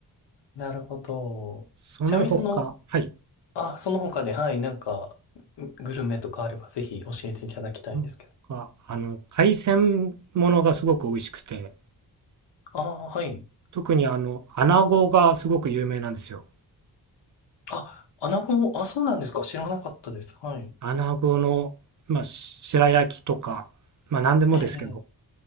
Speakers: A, on the left (about 80°); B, on the right (about 45°).
A: なるほど。
B: その他、
A: ちなみにその、
B: はい。
A: あ、その他で、はい、なんか、ググルメとかあればぜひ教えていただきたいんですけど。
B: なんかあの、海鮮ものがすごく美味しくて、
A: ああ、はい。
B: 特にあの、穴子がすごく有名なんですよ。
A: あ、穴子、あ、そうなんですか。知らなかったです。はい。
B: 穴子の、まあ、し白焼きとか、まあ、何でもですけど、
A: ええ、ええ